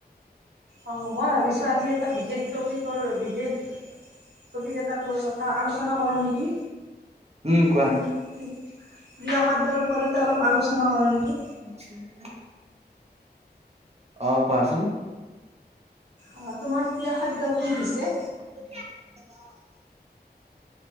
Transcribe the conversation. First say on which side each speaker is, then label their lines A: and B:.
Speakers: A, on the right; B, on the right.
A: অ', মই ভাবিছো এটা বিশেষ টপিকৰ বিশেষ টপিক এটাক লৈ কথা আলোচনা কৰোঁ নেকি?
B: উম কোৱা
A: তুমি কি প্ৰিয় খাদ্য ওপৰতে অলপ আলোচনা কৰোঁ নেকি?
B: <unintelligible> অ', কোৱা ছোন?
A: অ', তোমাৰ প্ৰিয় খাদ্য কি পিছে?
B: <unintelligible>